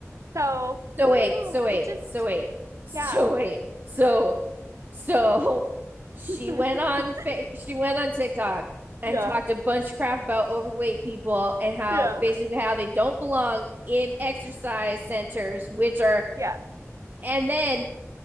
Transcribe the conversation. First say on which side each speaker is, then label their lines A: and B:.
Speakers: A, on the right; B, on the right.
A: so
B: So
A: i
B: wait,
A: don't know
B: so wait,
A: it just
B: so wait, <laughs> so
A: yeah
B: wait. So so <laughs> she
A: <laughs>
B: went on fa she went on TikTok and
A: yeah
B: talked a bunch of crap about overweight people and how
A: yeah
B: basically how they don't belong in exercise centers, which are
A: yeah
B: and then